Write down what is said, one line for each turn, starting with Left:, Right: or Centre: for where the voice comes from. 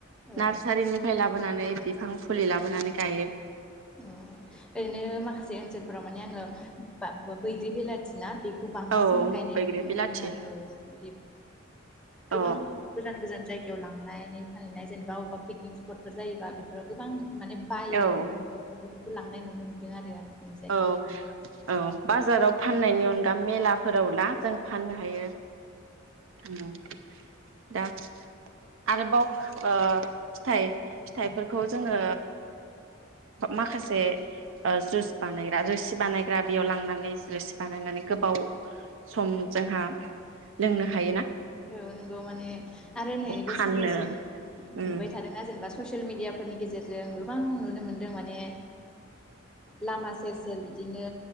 Centre: औ
Right: नार्सारिनिफ्राय लाबोनानै बिफां फुलि लाबोनानै गायो।
Centre: ओ ओरैनो माखासे ओनसोल फोराव माने आङो बा बैग्रि बिलाथिना बे खौ बांसिन
Right: औ
Centre: गायनाय
Right: बैग्रि
Centre: नुनो
Right: बिलाथि
Centre: मोन्दों आरो औ बिदि गोबां
Right: औ
Centre: गोजान गोजान जायगायाव लांङो। नायनै फानहैनाय जेनेबा अबेबा पिकनिक स्पटफोर जायोबा बेफोराव गोबां माने बायो
Right: औ
Centre: आरो ना गो बेफोरखौ लांनाय नुनो मोन्दों आरो जोंनि जायगायाव
Right: औ
Centre: दिहुननायफोरखौ
Right: औ बाजाराव फाननायनि अनग दा मेलाफोराव ला जों फाननो हायो औ दा आरोबावा ओ फिथाइ फिथाइफोरखौ जोङो माखासे जुस बानायग्रा रोसि बानायग्रा बेयाव लांनानै रोसि बानायनानै गोबाव सम जोंहा लोंनो हायो ना
Centre: औ नंगौ माने आरो नै बे
Right: फाननो
Centre: साननैसो
Right: उम
Centre: नुबाय थादोंना जेनेबा ससियेल मिेडियाफोरनि गेजेरजों गोबां नुनो मोन्दों माने लामा सेर सेर बिदिनो